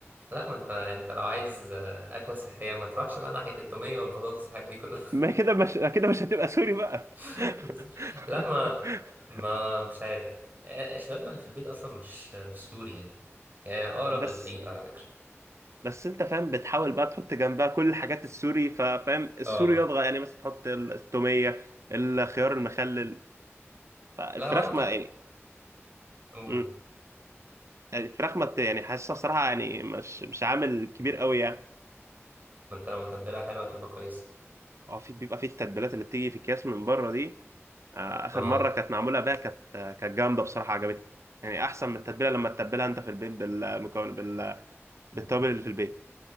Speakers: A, on the right (about 40°); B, on the right (about 70°).
A: لا ما انت انت لو عايز آه، أكلة صحية ما تروحش بقى ناحية التومية والبطاطس والحاجات دي كلها
B: ما كده مش كده مش هتبقى سوري بقى
A: <laughs>
B: <laughs>
A: لا ما ما مش عارف آه، الشاورما اللي في البيت أصلا مش مش سوري يعني هي أقرب
B: بس
A: للفايت على فكرة
B: بس انت فاهم بتحاول بقى تحط جنبها كل الحاجات السوري ففاهم السوري
A: اه
B: يضغى يعني مثلا تحط ال- التوميه الخيار المخلل فالفراخ
A: لا وأنا كده
B: ما يعني
A: قول
B: مم.
A: بقى.
B: الفراخ ما بت- يعني حاسسها صراحه يعني مش مش عامل كبير قوي يعني
A: ما انت لو متبلها حلوة هتبقى كويسة
B: اه في بيبقى في التتبيلات اللي بتيجي في اكياس من بره دي آه، اخر
A: اه
B: مره كانت معموله بيها كانت آه، كانت جامده بصراحه عجبتني يعني احسن من التتبيله لما تتبلها انت في البيت بالمكون بال... بالتوابل اللي في البيت